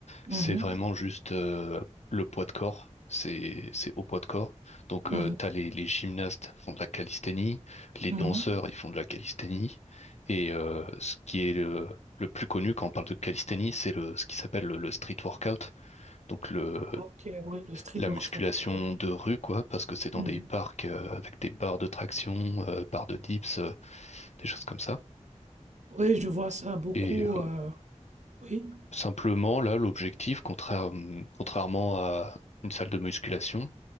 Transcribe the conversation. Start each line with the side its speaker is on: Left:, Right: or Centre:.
Right: Mhm,
Left: C'est vraiment juste euh, le poids de corps. C'est c'est au poids de corps. Donc
Right: mhm,
Left: euh, t'as les, les gymnastes font de la calisthénie, les
Right: mhm.
Left: danseurs ils font de la calisthénie. Et euh, ce qui est le, le plus connu quand on parle de calisthénie, c'est le ce qui s'appelle le, le street workout. Donc le
Right: Ok, oui, le street
Left: la
Right: workout.
Left: musculation
Right: ouais.
Left: de rue quoi, parce que c'est dans
Right: Mhm.
Left: des parcs euh, avec des barres de traction, euh, barres de dips, euh, des choses comme ça.
Right: Oui, je vois ça beaucoup.
Left: Et euh,
Right: euh, oui.
Left: simplement là l'objectif, contraire- contrairement à une salle de musculation